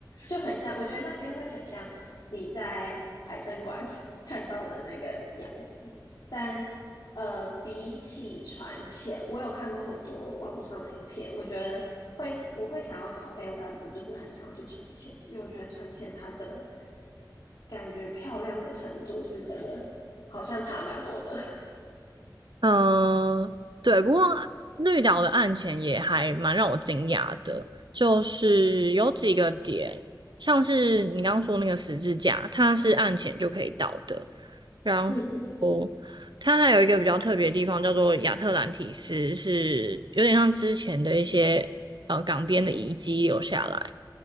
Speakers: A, on the left; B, on the right.
A: 就很像，我觉得那边会很像你在海参馆 <laughs> 看到的那个样子。但呃，比起船前，我有看过很多网络上的影片，我觉得会我会想要考 AOW，就是很想要去船前，因为我觉得船前它的感觉漂亮的程度是真的好像差蛮多的。
B: 嗯，对，不过绿岛的案前也还蛮让我惊讶的，就是有几个点，像是你刚刚说那个十字架，它是案前就可以到的，
A: <laughs>
B: 然后它还有一个比较特别的地方叫做亚特兰提斯，
A: 嗯
B: 是有点像之前的一些呃港边的遗迹留下来，